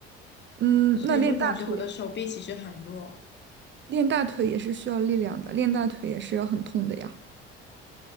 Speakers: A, on the right (about 35°); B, on the left (about 35°).
A: 嗯，
B: 所以就感觉我的手臂其实很弱。
A: 那练大腿，练大腿也是需要力量的，练大腿也是要很痛的呀。